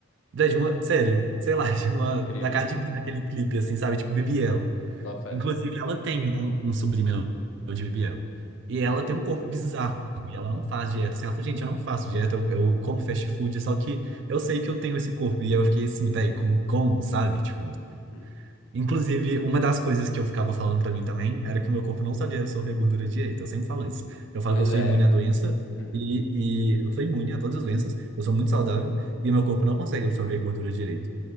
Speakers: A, on the right; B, on the left.
A: da de uma sério, sei lá, <laughs> de uma
B: Incrível,
A: da Cardi B
B: né?
A: naquele clipe, assim, sabe? Tipo, Bibi Elo.
B: Bota fé.
A: Inclusive, ela tem um, um subliminal de Bibi Elo. E ela
B: Hum.
A: tem um corpo bizarro, e ela não faz dieta. Assim, ela falou, gente, eu não faço dieta, eu, eu como fast food, só que eu sei que eu tenho esse corpo. E eu fiquei assim, velho, com como, sabe? Tipo,
B: Hum.
A: inclusive, uma das coisas que eu ficava falando pra mim também era que o meu corpo não sabia absorver gordura direito. Eu sempre falo isso. Eu falo
B: Pois
A: que eu sou
B: é.
A: imune à doença.
B: Hum.
A: E, e eu sou imune a todas as doenças, eu sou muito saudável e o meu corpo não consegue absorver gordura direito.